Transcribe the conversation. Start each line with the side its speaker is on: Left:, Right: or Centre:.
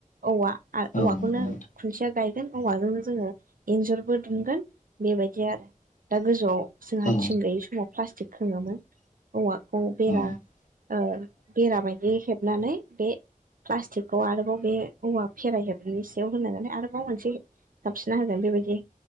Right: औवा आरो
Left: औ
Right: औवाखौनो
Left: नंगौ नोंथां
Right: खुन्थिया गायगोन औवाजोंनो जोङो एन्जुरबो दुमगोन बेबायदि आरो दा गोजौआव जोंहा
Left: औ
Right: थिं गैयि समाव प्लास्टिक खोङोमोन औवा बे बेरा
Left: औ
Right: ओ बेरा बायदि होनानै बे प्लास्टिकखौ आरोबाव बे औवा फेरायहोबनायनि सायाव होना आरोबाव मोनसे जाबसिनना होगोन बेबायदि